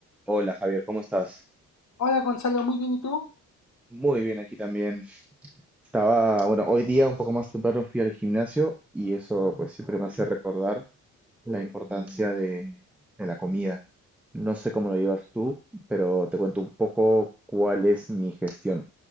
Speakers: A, in the centre; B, on the left.
A: Hola Javier, ¿cómo estás?
B: Hola Gonzalo, muy bien, ¿y tú?
A: Muy bien, aquí también. Estaba, bueno, hoy día un poco más temprano fui al gimnasio y eso pues siempre me hace recordar la importancia de, de la comida. No sé cómo lo llevas tú, pero te cuento un poco cuál es mi gestión.